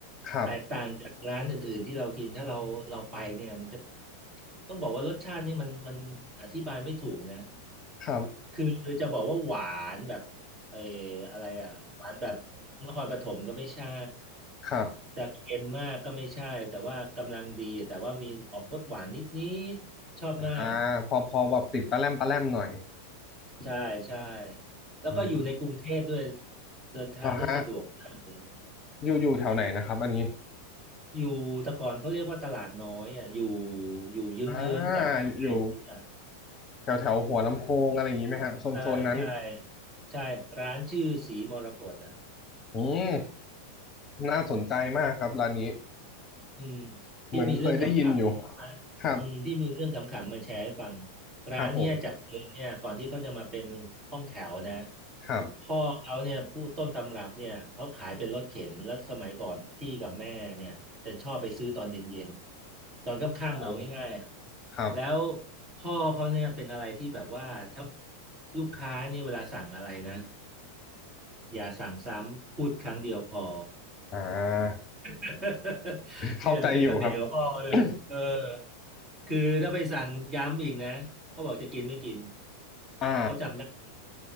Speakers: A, on the left (about 25°); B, on the right (about 30°).
A: ครับ
B: แตกต่างจากร้านอื่นๆที่เรากินถ้าเราเราไปเนี่ยมันจะต้องบอกว่ารสชาตินี่มันมันอธิบายไม่ถูกนะ
A: ครับ
B: คือจะบอกว่าหวานแบบ เอออะไรอ่ะหวานแบบนครปฐมก็ไม่ใช่
A: <coughs> ครับ
B: แต่เค็มมากก็ไม่ใช่แต่ว่ากำลังดีแต่ว่ามีออกรสหวานนิดๆชอบมาก
A: อ่าพอพอแบบติดปลาแรมปลาแรมหน่อย
B: ใช่ใช่แล้วก็อยู่ในกรุงเทพด้วย
A: อืม
B: เดินทางได้สะดวกมากเลย
A: เหรอฮะอยู่อยู่แถวไหนนะครับอันนี้
B: อยู่แต่ก่อนเขาเรียกว่าตลาดน้อยอ่ะอยู่อยู่เยื้องๆกับไทยอ่ะ
A: อ่าอยู่แถวแถวหัวลำโพงอะไรอย่างนี้ไหมฮะโซนโซนนั้น
B: ใช่ใช่ใช่ร้านชื่อสีมรกตอ่ะ
A: อืมน่าสนใจมากครับร้านนี้
B: อืม
A: เหมือนเคยได้ยินอยู่
B: ที่มีเรื่องขำๆมาอืมที่มีเรื่องขำๆมาแชร์ให้ฟัง
A: ครับ
B: ร้านเนี่ยจากเดิมเนี่ยก่อนที่เขาจะมาเป็นห้องแถวนะ
A: ครับผมครับ
B: พ่อเขาเนี่ยผู้ต้นตำรับเนี่ยเขาขายเป็นรถเข็นแล้วสมัยก่อนพี่กับแม่เนี่ยจะชอบไปซื้อตอนเย็นๆตอนค่ำๆเอาง่ายๆอะ
A: โอ้ครับ
B: แล้วพ่อเขาเนี่ยเป็นอะไรที่แบบว่าถ้าลูกค้าเนี่ยเวลาสั่งอะไรนะอย่าสั่งซ้ำพูดครั้งเดียวพอ
A: อ่า
B: <laughs>
A: เข้าใจอยู่ครับ
B: นี่แหละคือเสน่ห์ของพ่อเลยเออ
A: <coughs>
B: คือถ้าไปสั่งย้ำอีกนะ เขาบอกจะกินไม่กิน
A: อ่า
B: เขาจำได้ <laughs>